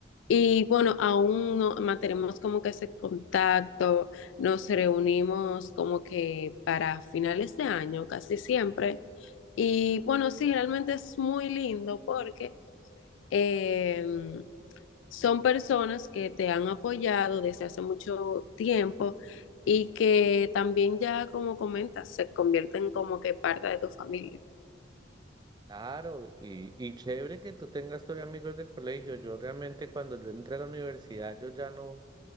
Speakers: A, on the left; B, on the right.
A: y bueno, aún no, mantenemos como que ese contacto, nos reunimos como que para finales de año casi siempre y bueno, sí, realmente es muy lindo porque... em, son personas que te han apoyado desde hace mucho tiempo y que también ya, como comentas, se convierten como que parte de tu familia.
B: Claro, y, y chévere que tú tengas todavía amigos de colegio. Yo realmente cuando yo entré a la universidad, yo ya no,